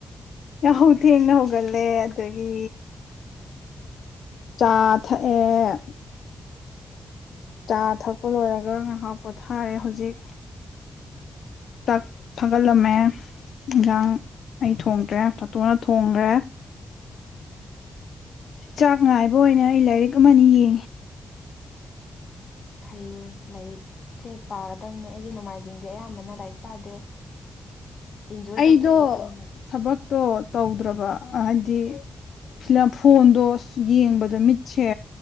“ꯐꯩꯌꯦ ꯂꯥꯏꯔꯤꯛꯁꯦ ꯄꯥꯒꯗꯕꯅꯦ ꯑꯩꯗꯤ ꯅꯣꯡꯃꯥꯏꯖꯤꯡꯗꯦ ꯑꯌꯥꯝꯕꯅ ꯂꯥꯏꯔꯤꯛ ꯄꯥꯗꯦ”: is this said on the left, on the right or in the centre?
Left